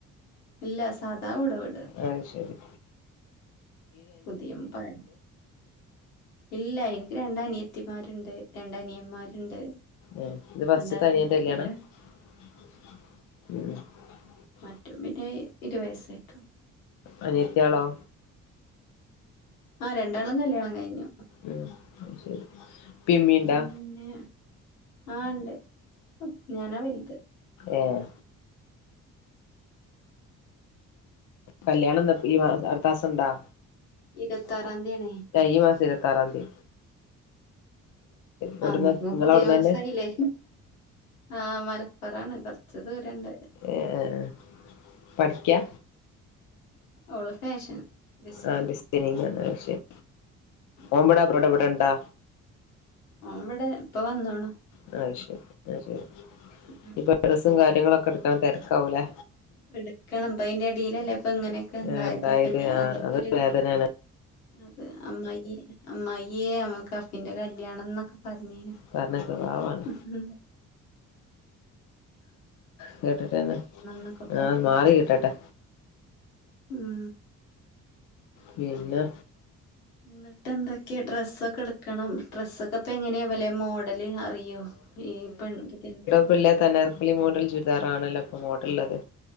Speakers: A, on the left; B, on the left.
A: ല്ല സാധാ ഓട് വീ
B: ആയ്ശരി
A: പദിയം പയ ഇല്ല എനിക്ക് രണ്ടനിയത്തിമാര്ണ്ട് രണ്ടനിയന്മാര്ണ്ട്
B: ഏഹ് ഇത് ഫസ്റ്റ്ത്തെ
A: രണ്ടാള്
B: അനിയന്റെ കല്യാണാ
A: ഒര്
B: <inaudible>
A: മറ്റോം പിന്നെ ഇരുവയസ്സായിട്ടൊള്ളു
B: അനിയത്യാളോ
A: ആ രണ്ടാളും കല്യാണം കയിഞ്ഞു
B: ഉം ശരി ഇപ്പി ഇമ്മീണ്ടാ
A: പിന്നെ ആഹ് ണ്ട് ഞാനാ വെലുത്
B: ഏഹ് കല്യാണംന്നട്ട് ഈ മാ അടുത്താസണ്ടാ
A: ഇരുവത്താറാന്തി ആണെ
B: ഈ മാസം ഇര്പത്താറാന്തി എവിടുന്ന്
A: അഹ് ന്ന്പ്പോ
B: നിങ്ങള
A: പുതിയ
B: അവിടുന്നന്നെ
A: മാസായില്ലേ ആഹ് മലപ്പൊറാണ് കൊറച്ച് ദൂരംണ്ട്
B: ഏഹ് പഠിക്കാ
A: ഓള് ഫാഷൻ ഡിസൈനിങ്
B: ആഹ് ഡിസൈനിങ്ങ അയ് ശെരി
A: ഉം
B: ഓൻമ്പട അബ്രോട ഇവ്ടൊണ്ടാ
A: ഓംവ്ടെ ഇപ്പൊ വന്നോണ്
B: അത് ശരി ആ ശരി
A: അവിടെയാണ്
B: ഇപ്പൊ ഡ്രസ്സും കാര്യങ്ങളൊക്കെട്ക്ണ തെരക്കാവൂലേ
A: ഇടുക്കണം ഇപ്പ അയ്ന്റെടെയിലല്ലേ ഇപ്പ ഇങ്ങനെ ക്കെണ്ടായത്
B: ആഹ് ഇണ്ടായത്
A: ഇപ്പൊ ഇഞ്ഞി
B: ആഹ്
A: അതൊക്കൊരു
B: അത് വേദനയാണ്
A: അത് അമ്മായി അമ്മായേ അമുക്ക് അഫിന്റെ കല്യാണംന്നൊക്കെ പറഞ്ഞീന്
B: കാരണം സ്വഭാവാണ്
A: ഉംഹും
B: കേട്ട്ട്ടെന്നെ
A: ന്നൊക്കെ പറഞ്ഞ്
B: ആ മാറി കിട്ടട്ടെ
A: ഉം
B: പിന്നെ
A: ഇന്ന്ട്ട് എന്തൊക്കെ ഡ്രസ് ഒക്കെ ഇട്ക്കണം ഡ്രസ്സൊക്കെ ഇപ്പെങ്ങനെയാ വെലെ മോഡല് അറിയോ ഈ പെൺ <unintelligible>
B: ഇപ്പള്ളത് അനാർക്കലി മോഡൽ ചുരിദാറാണല്ലോപ്പൊ മോഡല്ള്ളത്